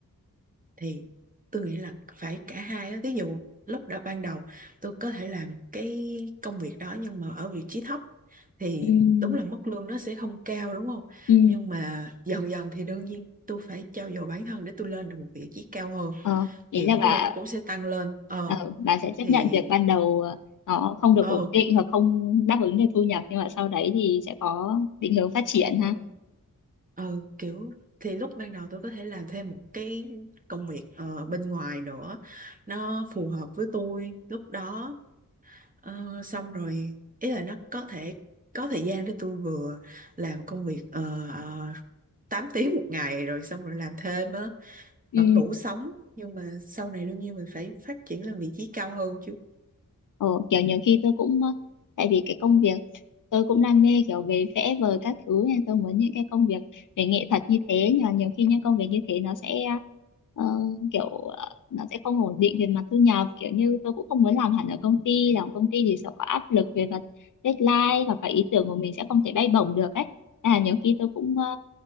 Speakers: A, on the right; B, on the left.
A: thì tôi nghĩ là phải cả hai á. Ví dụ lúc đầu ban đầu tôi có thể làm cái công việc đó nhưng mà ở vị trí thấp thì
B: Ừ.
A: đúng là mức lương nó sẽ không cao đúng không?
B: Ừ.
A: Nhưng mà dần dần thì đương nhiên tôi phải trau dồi bản thân để tôi lên được một vị trí cao hơn
B: Ờ, ý
A: thì
B: là
A: mức
B: bà
A: lương nó cũng sẽ tăng lên. Ờ
B: ờ, bà sẽ chấp
A: thì
B: nhận việc ban đầu ờ, nó không được
A: ờ
B: ổn định hoặc không đáp ứng được thu nhập nhưng mà sau đấy thì sẽ có định hướng phát triển ha
A: ờ ờ kiểu thì lúc ban đầu tôi có thể làm thêm một cái công việc ờ, bên ngoài nữa nó phù hợp với tôi lúc đó Ờ, xong rồi ý là nó có thể có thời gian để tôi vừa làm công việc uh, 8 tiếng một ngày rồi xong rồi làm thêm á
B: ừ
A: vẫn đủ sống nhưng mà sau này đương nhiên mình phải phát triển lên vị trí cao hơn chứ
B: Ờ, kiểu nhiều khi tôi cũng ờ, tại vì cái công việc tôi cũng đam mê kiểu về vẽ vời các thứ nên tôi muốn những cái công việc về nghệ thuật như thế nhưng mà nhiều khi những công việc như thế nó sẽ ờ, kiểu ờ, nó sẽ không ổn định về mặt thu nhập kiểu như tôi cũng không muốn làm hẳn ở công ty làm công ty thì sẽ có áp lực về mặt deadline hoặc là ý tưởng của mình sẽ không thể bay bổng được ấy Nên là nhiều khi tôi cũng